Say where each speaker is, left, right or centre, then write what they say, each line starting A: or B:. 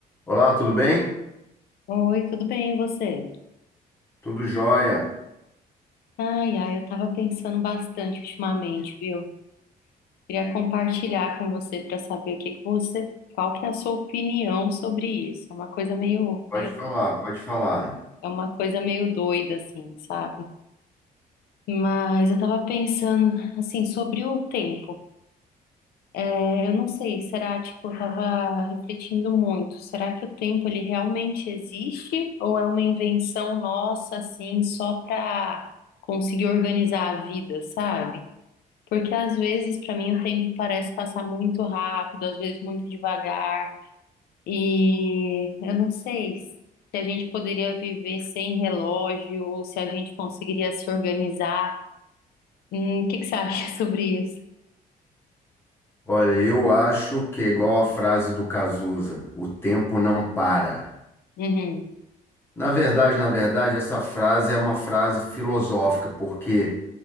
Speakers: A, on the left; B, on the left.
A: Olá, tudo bem?
B: Oi, tudo bem, e você?
A: Tudo jóia.
B: Ai, ai, eu tava pensando bastante ultimamente, viu? Queria compartilhar com você para saber o que que você, qual que é a sua opinião sobre isso. É uma coisa meio,
A: Pode
B: meio,
A: falar, pode falar.
B: é uma coisa meio doida, assim, sabe? Mas eu tava pensando, assim, sobre o tempo. É, Eu não sei, será, tipo, eu tava refletindo muito. Será que o tempo, ele realmente existe? Ou é uma invenção nossa, assim, só pra conseguir organizar a vida, sabe? Porque às vezes, para mim, o tempo parece passar muito rápido, às vezes muito devagar. E eu não sei se a gente poderia viver sem relógio, ou se a gente conseguiria se organizar. Hum, o que que você acha <laughs> sobre isso?
A: Olha, eu acho que é igual a frase do Cazuza, o tempo não para.
B: Uhum,
A: Na verdade, na verdade, essa frase é uma frase filosófica, porque